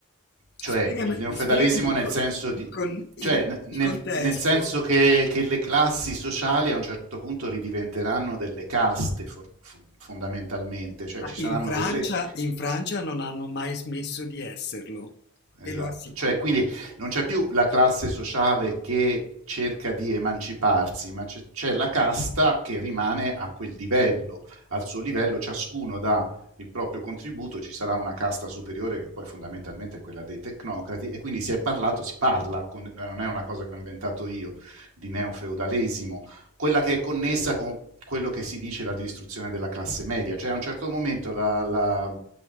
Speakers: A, on the right (about 75°); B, on the left (about 50°).
A: cioè
B: spiegami,
A: il neofeudalesimo
B: spiegami
A: nel
B: co-
A: senso di,
B: con il,
A: cioè, n- nel,
B: il contesto.
A: nel senso che, che le classi sociali a un certo punto ridiventeranno delle caste for- fon- fondamentalmente, cioè
B: Ah,
A: ci saranno
B: In Francia,
A: delle,
B: in Francia non hanno mai smesso di esserlo, te
A: esatto.
B: lo assicuro.
A: Cioè, quindi non c'è più la classe sociale che cerca di emanciparsi, ma c'è, c'è la casta che rimane a quel livello, al suo livello, ciascuno dà il proprio contributo, ci sarà una casta superiore che poi fondamentalmente è quella dei tecnocrati e quindi si è parlato, si parla, con, non è una cosa che ho inventato io, di neofeudalesimo, quella che è connessa con quello che si dice la distruzione della classe media, cioè a un certo momento la, la,